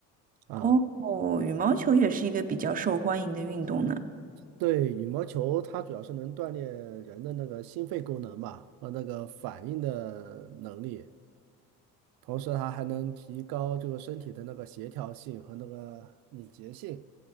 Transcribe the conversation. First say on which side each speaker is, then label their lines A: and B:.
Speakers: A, on the right; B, on the right.
A: 啊，
B: 哦，哦羽毛球也是一个比较受欢迎的运动呢。
A: 对，羽毛球它主要是能锻炼人的那个心肺功能嘛，和那个反应的能力。同时它还能提高这个身体的那个协调性和那个敏捷性，